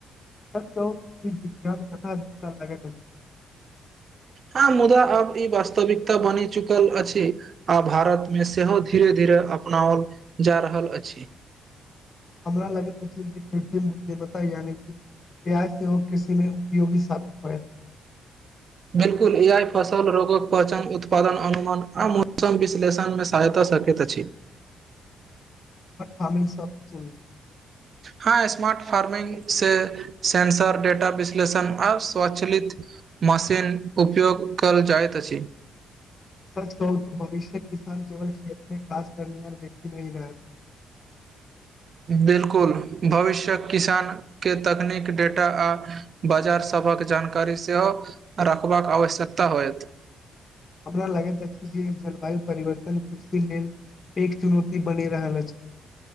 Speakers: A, on the left; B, on the right.
A: सच कहू त, ई विज्ञान कथा जिकाँ लागैत अछि।
B: हां, मुदा आब ई वास्तविकता बनि चुकल अछि आ भारत मे सेहो धीरे-धीरे। अपनाओल जा रहल अछि।
A: हमरा लगैत छै जे कृत्रिम-उद्यमता यानि कि। रिहाय सेहो कृषि मे उपयोगी साबित होएत।
B: बिल्कुल ए-आई फसल रोगक पहचान उत्पादन अनुमान आ मौसम विश्लेषण में सहायता सक। कैत अछी।
A: <unintelligible> हम इस सब सुनलौं।
B: हँ स्मार्ट फार्मिंग से सेंसर डेटा विश्लेषण आ स्वचलित। मशीन उपयोग करल जाइत अछि।
A: <inaudible> सच कहू त भविष्यक किसान केवल खेत में काज करनिहार व्यक्ति नहि रहत। <unintelligible>
B: बिल्कुल, भविष्यक किसान के तकनीक डेटा आ बाजारसँ। सभहक जानकारी सेहो रखबाक आवश्यकता होयत।
A: हमरा लगैत अछि जे जलवायु परिवर्तन कृषि लेल। एक चुनौती बनी रहल अछि।